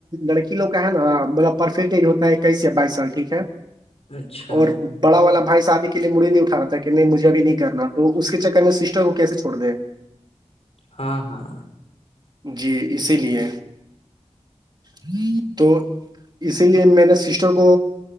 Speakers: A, on the right (about 40°); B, on the left (about 65°).
A: لڑکی لوگ کا ہے نا مطب پرفیکٹ ایج ہوتا ہے اکیس سےیا بائیس سال ٹھیک ہے
B: اچھا
A: اور کو بڑا والا بھائی شادی کے لیے مڑے نہیں اٹھا تھا کہ نہیں مجھے اب نہیں کرنا تو اس کے چکر میں سسٹر کو کیسے چوڑ دے تو
B: ہاں ہاں
A: جی اسی لیے ہ تو اسی لیے میں نے سسٹر کو